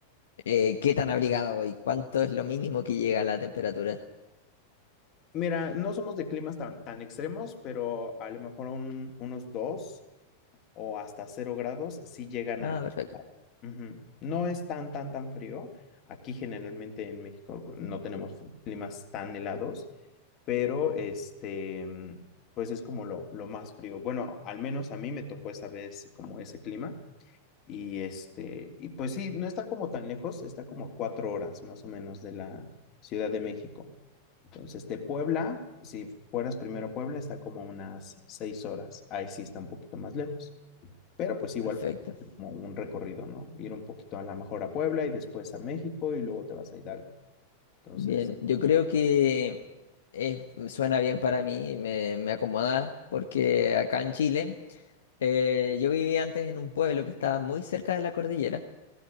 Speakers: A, on the left (about 60°); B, on the left (about 35°).
A: eh, ¿qué tan abrigado voy? ¿Cuánto es lo mínimo que llega la temperatura?
B: Mira, no somos de climas tan, tan extremos, pero a lo mejor un- unos dos o hasta cero grados sí llegan
A: Ah,
B: a...
A: perfecto,
B: estar. Ujú. No es tan, tan, tan frío. Aquí generalmente en México co- no tenemos fr- climas tan helados, pero este, mm, pues es como lo, lo más frío. Bueno, al menos a mí me tocó esa vez como ese clima. Y este, y pues sí, no está como tan lejos, está como a cuatro horas más o menos de la Ciudad de México. Entonces, de Puebla, si fueras primero a Puebla, está como a unas seis horas. Ahí sí está un poquito más lejos. Pero pues igual
A: perfecto.
B: como un recorrido, ¿no? Ir un poquito a la mejor a Puebla y después a México y luego te vas a Hidalgo. Entonces,
A: Bien, yo creo que es- me suena bien para mí, me, me acomoda, porque acá en Chile, eh, yo vivía antes en un pueblo que estaba muy cerca de la cordillera.